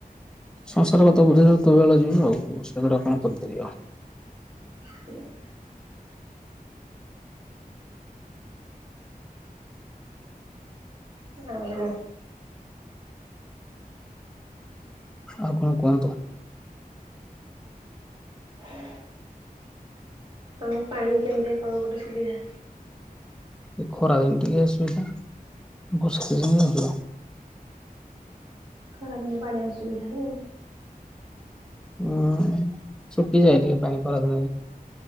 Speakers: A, in the centre; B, on the right.
A: ସଂସାର କଥା ବୁଝିଲା ବେଳ କୁ ତ ବେଳେ ଯିବ ଆଉ କୋଉ ସେଗୁଡା କଣ ଆଉ କରିପାରିବ।
B: ସେଇଆ। ଆଉ।
A: ଆଉ କଣ କୁହନ୍ତୁ।
B: ହୁ ଆଉ ପାଣି କେମିତି ଆପଣଙ୍କ ପଟେ ସୁବିଧା।
A: ଏ ଖରାଦିନ ଟିକେ ଅସୁବିଧା ବର୍ଷା ଦିନେ ଭଲ।
B: ଖରା ଦିନେ ପାଣି ଅସୁବିଧା ନାହିଁ।
A: ହୁଁ ଶୁଖିଯାଏ ଟିକେ ପାଣି ଖରା ଦିନରେ।